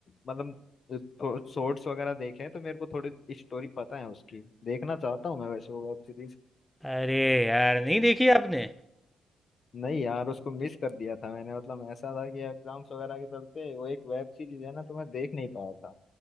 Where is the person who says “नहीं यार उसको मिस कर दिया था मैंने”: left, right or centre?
Left